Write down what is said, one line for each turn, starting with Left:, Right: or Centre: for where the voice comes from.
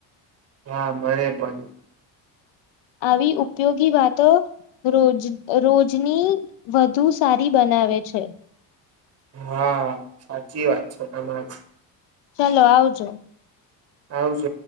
Right: હા મને પણ.
Left: આવી ઉપયોગી વાત તો રોજ રોજની વધુ સારી બનાવે છે.
Right: હા સાચી વાત છે તમારે
Left: ચલો આવજો
Right: આવ જ